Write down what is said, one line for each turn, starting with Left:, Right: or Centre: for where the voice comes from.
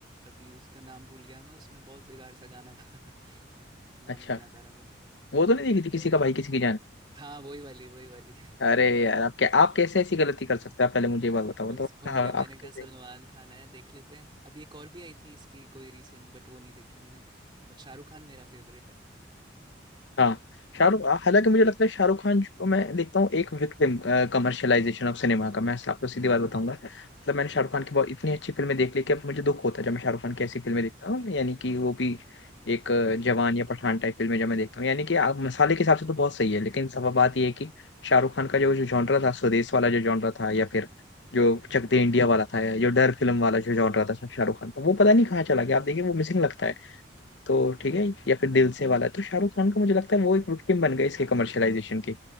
Right: अभी उसका नाम भूल गया मैं उसमें बहुत बेकार सा गाना था <laughs> बट
Left: अच्छा
Right: नाम नहीं याद आ रहा मुझे
Left: वो तो नहीं
Right: बट
Left: देखी थी किसी का भाई किसी की जान
Right: हाँ वही वाली वही वाली <laughs>
Left: अरे यार आप क्या आप कैसे ऐसी गलती कर सकते हैं आप पहले मुझे ये बात बताओ
Right: बस
Left: तो
Right: हो
Left: हाँ
Right: गई
Left: आप
Right: मैंने कहा
Left: कैसे
Right: सलमान खान है देख लेते हैं अभी एक और भी आई थी इसकी कोई रीसेंट बट वो नहीं देखी मैंने बट शाहरुख खान मेरा फेवरेट है
Left: हाँ शाहरुख हाँ, हालांकि मुझे लगता है शाहरुख खान को मैं देखता हूँ एक विक्टिम कमर्शियलाइजेशन ऑफ सिनेमा का मैं आपको सीधी बात बताऊंगा मतलब मैंने शाहरुख
Right: हम्म
Left: खान की बहुत इतनी अच्छी फिल्में देख ली कि अब मुझे दुख होता है जब मैं शाहरुख खान की ऐसी फिल्में देखता हूँ यानी कि वो भी एक अ, जवान या पठान टाइप फिल्में जब मैं देखता हूँ यानी कि आप मसाले के हिसाब से तो बहुत सही है लेकिन सब बात ये है कि
Right: हम्म
Left: शाहरुख खान का जो जो जॉनरा था स्वदेश वाला जो जॉनरा था या फिर जो
Right: हम्म
Left: चक दे इंडिया वाला था या जो डर फिल्म वाला जो जॉनरा था शाहरुख खान का वो
Right: हम्म
Left: पता
Right: हम्म,
Left: नहीं कहाँ चला गया आप देखिए वो मिसिंग लगता है तो
Right: हम्म,
Left: ठीक है या फिर दिल से वाला तो शाहरुख खान का मुझे लगता है वो एक विक्टिम बन गए इसके कमर्शियलाइजेशन के